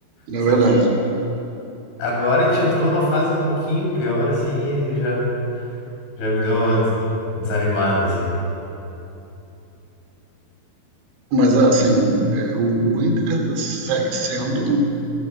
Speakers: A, on the right; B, on the left.
A: na
B: Só
A: verdade.
B: que agora a gente entrou numa fase um pouquinho pior, assim, e já, já me deu uma des- desanimada, assim.
A: Mas assim, é, o, o Inter segue sendo